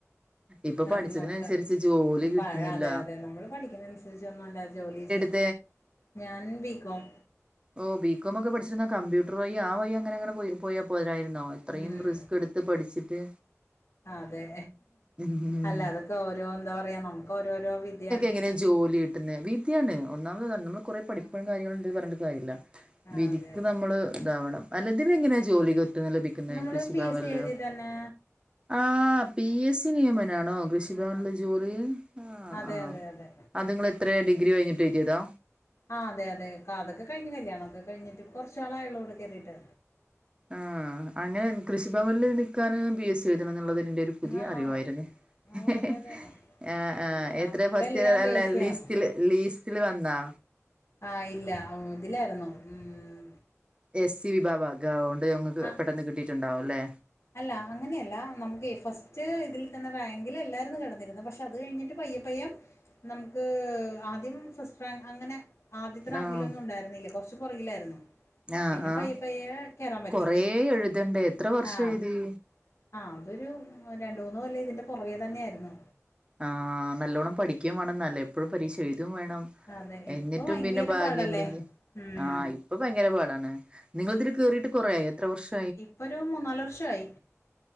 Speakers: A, on the right; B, on the left.
A: ഇപ്പൊ
B: ആഹ്
A: പഠിച്ചതിനനുസരിച്ച്
B: നോക്കാം
A: ജോലി കിട്ടുന്നില്ല
B: പഴ അതെ അതെ നമ്മള് പഠിക്കുന്നെ അനുസരിച്ചൊന്നും അല്ല ജോലി ചെയ്
A: അതെ.
B: ഞാൻ ബി കോം
A: ഓ ബി കോംമൊക്കെ പഠിച്ചിരുന്ന കമ്പ്യൂ എത്ര വയി ആ വയി അങ്ങനെ അങ്ങനെ പോ പോയാൽ പോരായിരുന്നോ ഇത്രയും
B: ഉം
A: റിസ്ക് എടുത്ത് പഠിച്ചിട്ട്.
B: അതെ
A: ഉം
B: അല്ല അതൊക്കെ ഓരോ എന്താ പറയാ നമുക്ക് ഓരോരോ വിദ്യ
A: ഇങ്ങനെ ജോലി കിട്ടുന്നെ വിധിയാണ് ഒന്നാമതാണ് നമ്മള് കുറെ പഠിപ്പും
B: ആഹ്
A: കാര്യങ്ങളുണ്ടെന്ന് പറഞ്ഞിട്ട് കാര്യല്ല
B: ആഹ്
A: വിധിക്ക്
B: അതെ അതെ
A: നമ്മള് <unintelligible> അല്ല ഇതിലെങ്ങനെ ജോലി കിട്ടുന്നെ ലഭിക്കുന്ന
B: നമ്മള്
A: കൃഷിഭവൻല്
B: പി എസ് സി എഴുതി തന്നെ
A: ആഹ് പി എ സി നിയമനാണോ? കൃഷിഭവൻലെ
B: ആഹ്
A: ജോലി ആ
B: അതെ
A: ആ
B: അതെ അതെ
A: അത് നിങ്ങള് എത്ര ഡിഗ്രി കഴിഞ്ഞിട്ട് എഴുതിയതാ.
B: ആഹ് അതെ അതെ അതൊക്കെ കഴിഞ്ഞ് കല്യാണം ഒക്ക കഴിഞ്ഞിട്ട് കൊറച്ച് നാളായുള്ളൂടെ കയറിയിട്ട്
A: ആഹ് അങ്ങനെ കൃഷിഭവനില് നിൽക്കാൻ പി എസ് സി എഴുതണം എന്നുള്ളത് എൻ്റെ ഒരു പുതിയ
B: ആഹ്
A: അറിവായിരുന്നു
B: ഓ
A: ഹ്
B: അതെ
A: ഹ്
B: അതെ
A: അ ആഎത്രെ
B: എല്ലാം ഇപ്പ
A: ഫസറ്റിന്
B: എല്ലാം
A: നല്ല
B: പേസിയാണ്
A: ലീസ്റ്റില് ലീസ്റ്റില് വന്ന
B: ആഹ ഇല്ല ഉം ഇതിലായിരുന്നു. ഉം
A: എ സി വിഭാവഗഓണ്ട് നിങ്ങക്ക്
B: ആഹ്
A: പെട്ടെന്ന് കിട്ടിട്ടുണ്ടാവുല്ലേ.
B: അല്ല അങ്ങനെയല്ല നമുക്കെ ഫസ്റ്റ് ഇതിൽ തന്നെ റാങ്കിലല്ലായിരുന്നു കിടന്നിരുന്നേ പക്ഷേ അത്കഴിഞ്ഞിട്ട് പയ്യേ പയ്യേ നമുക്ക് ആദ്യം ഫസ്റ്റ് റാങ്ക് അങ്ങനെ. ആദ്യത്തെ റാങ്കിലൊന്നും
A: ആഹ്
B: ഉണ്ടായിരുന്നില്ല കൊറച്ചു പുറകിലായിരുന്നു.
A: ആഹ്
B: പിന്നെ
A: ആഹ്
B: പയ്യേ പയ്യേ കേറാൻ പറ്റി
A: കൊറേ എഴുതണ്ടേ എത്ര വർഷം
B: ആഹ.
A: എഴുതി
B: ആ അതൊരു രണ്ടു മൂന്നു കൊല്ലം ഇതിന്റെ പുറകെ തന്നെയായിരുന്നു.
A: ആ് നല്ലോണ്ണം പഠിക്കുകൻ വേണംന്നല്ലേ എപ്പോഴും പരീക്ഷ എഴുതും വേണം
B: അതെ ഇപ്പൊ
A: എന്നിട്ടും
B: ഭയങ്കര
A: പിന്നെ ഭാഗ്യം
B: പാടല്ലേ
A: ഇണ്ടെങ്കി
B: ഉം
A: ആ പ്പൊ ഭയങ്കര പാടാണ് നിങ്ങള് തില് കേറീട്ട് കൊറേയോ? എത്ര വർഷം?
B: ഇപ്പൊ ഒരു മൂന്നാല് വർഷായി.